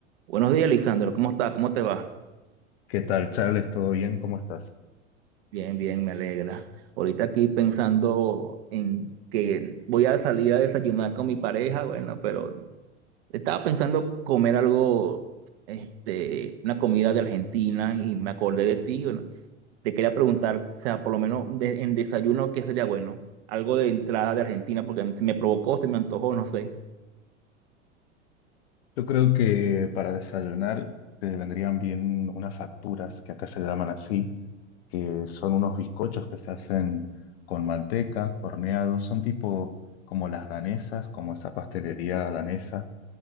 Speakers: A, on the right; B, on the left.
A: Buenos días, Lisandro. ¿Cómo estás? ¿Cómo te va?
B: ¿Qué tal, Charles? ¿Todo bien? ¿Cómo estás?
A: Bien, bien, me alegra. Ahorita aquí pensando en que voy a salir a desayunar con mi pareja, bueno, pero estaba pensando comer algo, este, una comida de Argentina y me acordé de ti, bueno, te quería preguntar, o sea, por lo menos de- en desayuno, ¿qué sería bueno? Algo de entrada de Argentina, porque se me provocó, se me antojó, no sé.
B: Yo creo que para desayunar te vendrían bien unas facturas, que acá se llaman así, que son unos bizcochos que se hacen con manteca, horneados, son tipo como las danesas, como esa pastelería danesa